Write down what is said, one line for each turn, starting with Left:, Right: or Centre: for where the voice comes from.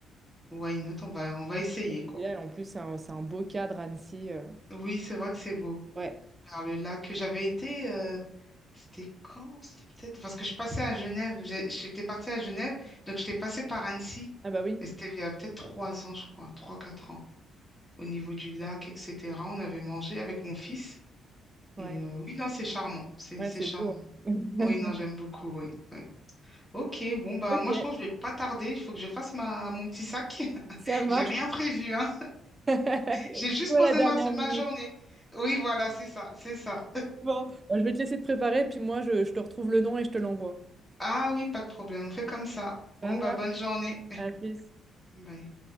Centre: why not, on va, on va essayer,
Right: L'idéal,
Centre: quoi.
Right: en plus, c'est un, c'est un beau cadre, Annecy. euh.
Centre: Oui, c'est vrai que c'est beau.
Right: Ouais.
Centre: Vers le lac, j'avais été, euh, c'était quand? C'était peut-être, parce que je passais à Genève, J'ai- j'étais partie à Genève, donc j'étais passée par Annecy,
Right: Ah bah oui,
Centre: mais c'était il y a peut-être trois ans, je crois, trois, quatre ans, au niveau du lac, etc. On avait mangé avec mon fils,
Right: ouais.
Centre: et euh, oui, non, c'est charmant, c'est
Right: Ouais,
Centre: c'est
Right: c'est
Centre: charmant.
Right: beau. <laughs>
Centre: Oui, non, j'aime beaucoup, oui. oui. Ok, bon bah
Right: Ok,
Centre: moi je pense que je vais pas tarder, il faut que je fasse ma mon petit sac. <laughs>
Right: ça marche.
Centre: J'ai rien prévu, hein.
Right: <laughs>
Centre: J'ai juste
Right: Ou
Centre: posé
Right: à la dernière
Centre: ma,
Right: minute.
Centre: ma journée. Oui, voilà, c'est ça, c'est ça.
Right: Bon, bah, je vais te laisser te préparer, puis moi, je, je te retrouve le nom et je te l'envoie.
Centre: Ah oui, pas de problème, on fait comme ça.
Right: Ça
Centre: Bon
Right: marche.
Centre: bah bonne journée.
Right: À plus.
Centre: Bye.